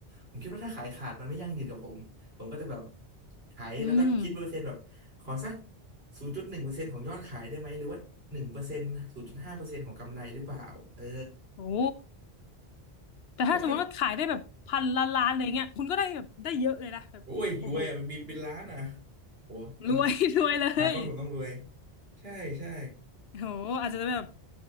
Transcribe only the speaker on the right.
ผมคิดว่าถ้าขายขาดมันไม่ยั่งยืนกับผมผมก็จะแบบขายแล้วก็คิดเปอร์เซ็นต์แบบขอสัก
ศูนย์จุดหนึ่งเปอร์เซ็นต์ของยอดขายได้ไหมหรือว่าหนึ่งเปอร์เซ็นต์ศูนย์จุดห้าเปอร์เซ็นต์ของกำไรหรือเปล่าเออ
ก็คือโอ้ยรวยอ่ะมีเป็นล้านอ่ะโหอนา
อนาคตผมต้องรวยใช่ใช่